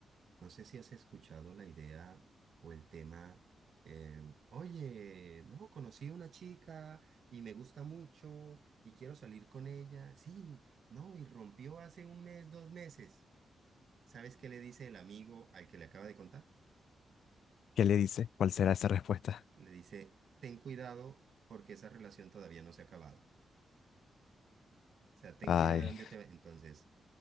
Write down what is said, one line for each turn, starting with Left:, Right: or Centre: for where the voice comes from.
Right: No sé si has escuchado la idea o el tema, eh, oye, no, conocí a una chica y me gusta mucho y quiero salir con ella. Sí, no, y rompió hace un mes, dos meses. ¿Sabes qué le dice el amigo al que le acaba de contar?
Left: ¿Qué le dice? ¿Cuál será esa respuesta?
Right: Le dice, ten cuidado porque esa relación todavía no se ha acabado. O sea, ten
Left: Ay,
Right: cuidado de dónde te va. Entonces,